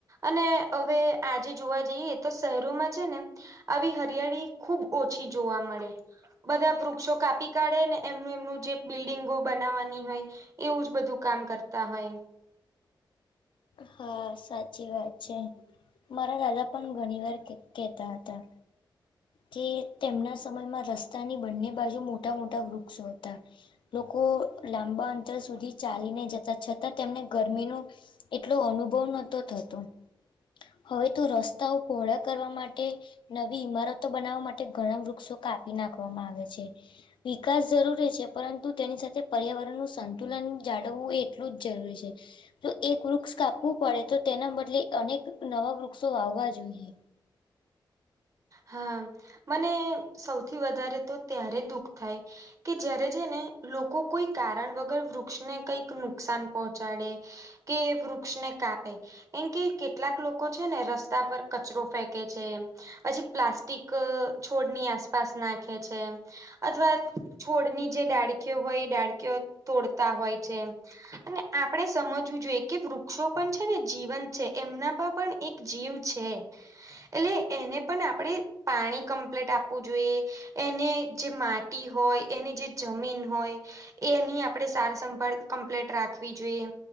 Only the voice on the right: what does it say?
અને હવે આજે જોવા જઈએ તો શહેરોમાં છે ને. આવી હરિયાળી ખુબ ઓછી જોવા મળે. બધા વૃક્ષો કાપી કાઢે ને એમનું એમનું જે બિલ્ડિંગો બનાવવાની હોય. એવુંજ બધું કામ કરતા હોય.
હા મને સૌથી વધારે તો ત્યારે દુઃખ થાય. કે જ્યારે જે ને લોકો કોઈ કારણ વગર વૃક્ષને કંઈક નુકસાન પહોંચાડે. કે વૃક્ષને કાપે. કેમ કે કેટલાક લોકો છે ને રસ્તા પર કચરો ફેંકે છે. પછી પ્લાસ્ટિક છોડની આસપાસ નાખે છે. અથવા છોડની જે ડાળકીઓ હોય એ ડાળકીઓ તોડતા હોય છે. અને આપણે સમજવું જોઈએ કે વૃક્ષો પણ છે ને જીવંત છે એમના પર પણ. એક જીવ છે એટલે એને. પણ આપણે પાણી કમ્પ્લીટ આપવું જોઈએ. એને જે માટી હોય એની જે જમીન હોય. એની આપણે સાર સંંભાળ કમ્પ્લીટ રાખવી જોઈએ.